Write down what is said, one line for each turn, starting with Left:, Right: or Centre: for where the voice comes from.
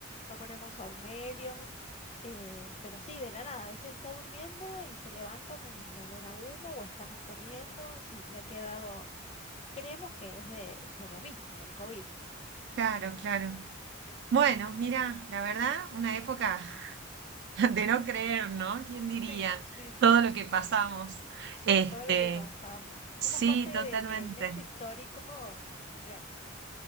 Left: no ponemos ahumerios, eh, pero sí, de la nada. A veces está durmiendo y se levanta con el olor a humo o estamos comiendo. Sí, le ha quedado, creemos que es de, de lo mismo, del COVID.
Right: Claro, claro. Bueno, mira, la verdad, una época <laughs> De no creer, ¿no? ¿Quién diría
Left: Sí, sí, sí,
Right: todo lo que pasamos? Este,
Left: todo lo que pasamos. Fuimos
Right: sí,
Left: parte de,
Right: totalmente.
Left: de un hecho histórico mundial,